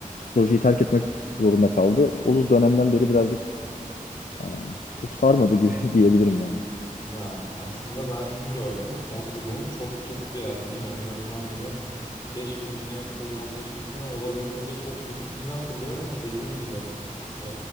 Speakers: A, on the left; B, on the left.
A: projeyi terk etmek zorunda kaldı. O dönemden beri birazcık ee, çok sarmadı gibi <laughs> diyebilirim yani.
B: Ya aslında ben şunu gördüm. Son sezonu çok tuttu yani. Bilmiyorum en azından benim keşfetime, Instagram keşfetime olabildiğince çok düştüğünü hatırlıyorum ama dediğin gibi e,